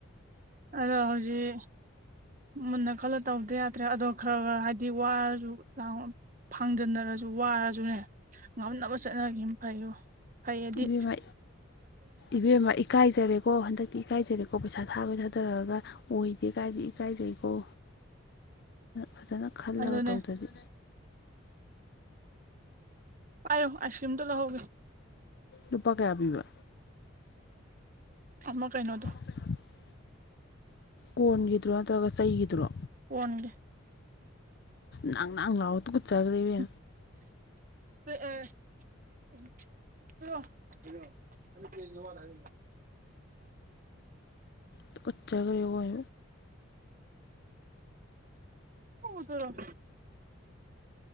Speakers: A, on the right; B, on the left.
A: ꯑꯗꯣ ꯍꯧꯖꯤꯛ ꯃꯟꯅ ꯀꯂ ꯇꯧꯗ ꯌꯥꯗ꯭ꯔꯦ ꯑꯗꯣ ꯈꯔ ꯈꯔ ꯍꯥꯏꯗꯤ ꯋꯥꯔꯁꯨ ꯐꯥꯡꯖꯟꯅꯔꯁꯨ ꯋꯥꯔꯁꯨꯅꯦ ꯉꯝꯅꯕ ꯆꯠꯅꯈꯤꯕꯅ ꯐꯩꯌꯣ ꯐꯩ ꯍꯥꯏꯗꯤ
B: ꯏꯕꯦꯝꯃ ꯏꯕꯦꯝꯃ ꯏꯀꯥꯏꯖꯔꯦꯀꯣ ꯍꯟꯗꯛ ꯗꯤ ꯏꯀꯥꯏꯖꯔꯦꯀꯣ ꯄꯩꯁꯥ ꯊꯥꯈꯣꯏ ꯊꯥꯗꯔꯛꯒ ꯑꯣꯏꯗꯦ ꯀꯥꯏꯗꯤ ꯏꯀꯥꯏꯖꯩꯀꯣ ꯐꯖꯅ ꯈꯜꯂꯒ
A: ꯑꯗꯨꯅꯦ
B: ꯇꯧꯗꯕꯤ
A: ꯄꯥꯏꯌꯣ ꯑꯁ꯭ꯔꯤꯝ ꯇ ꯂꯧꯍꯧꯒꯦ
B: ꯂꯨꯄꯥ ꯀꯌꯥ ꯄꯤꯕ
A: ꯑꯃ ꯀꯩꯅꯣꯗꯣ
B: <inaudible> ꯀꯣꯟꯒꯤꯗꯨꯔꯣ ꯅꯠꯇ꯭ꯔꯒ ꯆꯩꯒꯤꯗꯨꯔꯣ
A: ꯀꯣꯟꯒꯤ
B: ꯅꯪ ꯅꯪ ꯂꯥꯛꯑꯣ ꯇꯨ ꯀꯠꯆꯈ꯭ꯔꯦꯕ
A: ꯑ ꯀꯣ ꯑꯗꯨ ꯀ ꯋꯥꯔ ꯍꯥꯏ
B: ꯇꯨꯀꯠꯆꯈꯔ꯭ꯦ ꯑꯣꯏ
A: <unintelligible>